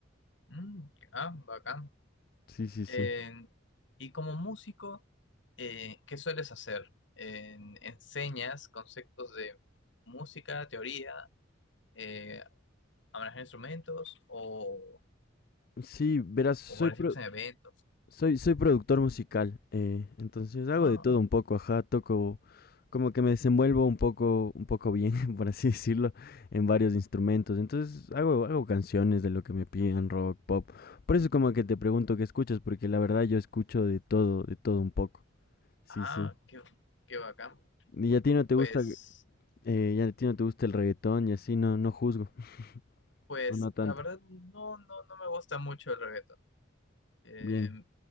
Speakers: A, on the left; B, on the left.
A: Mm, ah, bacán.
B: Sí, sí, sí.
A: En- y como músico, eh, ¿qué sueles hacer? En- ¿enseñas conceptos de música, teoría, eh, a manejar instrumentos o,
B: Sí, verás, soy
A: o participas
B: pro
A: en eventos?
B: Soy, soy productor musical, eh, entonces hago
A: Ah.
B: de todo un poco, ajá, toco, como que me desenvuelvo un poco, un poco bien, <laughs> por así decirlo, en varios instrumentos. Entonces hago, hago canciones de lo que me piden, rock, pop. Por eso como que te pregunto qué escuchas, porque la verdad yo escucho de todo, de todo un poco. Sí,
A: Ah,
B: sí.
A: qué, qué bacán.
B: Y a ti no te
A: Pues,
B: gusta, eh, ya a ti no te gusta el reggaetón y así, no, no juzgo,
A: pues,
B: <laughs> o no tanto.
A: la verdad no, no, no me gusta mucho el reggaetón. Eh,
B: Bien.